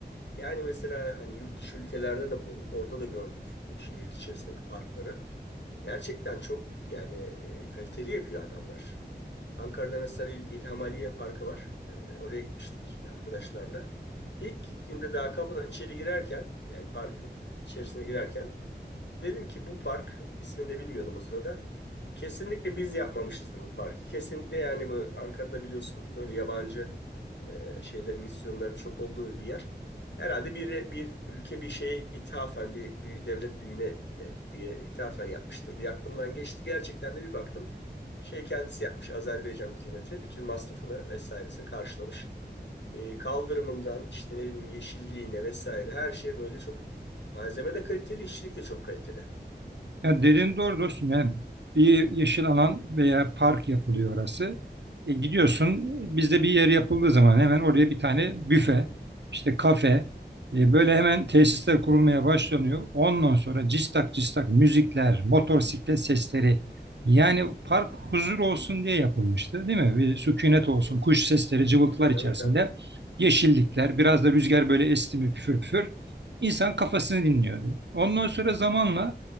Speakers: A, on the left; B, on the right.
A: yani mesela hani yurt dışı ülkelerde de bulunduk. Orada da gördük e, şehir içerisindeki parkları. Gerçekten çok yani e, kaliteli yapıyor adamlar. Ankara'da mesela İl- İlham Aliye Parkı var. E, oraya gitmiştik arkadaşlarla. İlk gittiğimde daha kapıdan içeri girerken yani parkın içerisine girerken Dedim ki bu park ismini de bilmiyordum o sırada. Kesinlikle biz yapmamışızdır bu parkı. Kesinlikle yani bu Ankara'da biliyorsun böyle yabancı e, şeylerin misyonların çok olduğu bir yer. Herhalde bir bir ülke bir şeye ithafen bir, büyü- devlet büyüğüne e, diye ithafen yapmıştır diye aklımdan geçti. Gerçekten de bir baktım şey kendisi yapmış Azerbaycan hükümeti bütün masrafını vesairesini karşılamış. E, kaldırımından işte ne bileyim yeşilliğine vesaire her şey böyle çok Malzeme de kaliteli, işçilik de çok kaliteli.
B: Ya
A: Ee,
B: dediğin doğru dostum. Yani bir yeşil alan veya park yapılıyor orası. E gidiyorsun bizde bir yer yapıldığı zaman hemen oraya bir tane büfe, işte kafe, e böyle hemen tesisler kurulmaya başlanıyor. Ondan sonra cistak cistak müzikler, motosiklet sesleri. Yani park huzur olsun diye yapılmıştı, değil mi? Bir sükunet olsun,
A: Hı hı.
B: kuş sesleri, cıvıltılar içerisinde.
A: Tabii tabii.
B: Yeşillikler, biraz da rüzgar böyle esti mi püfür püfür. İnsan kafasını dinliyordu. Ondan sonra zamanla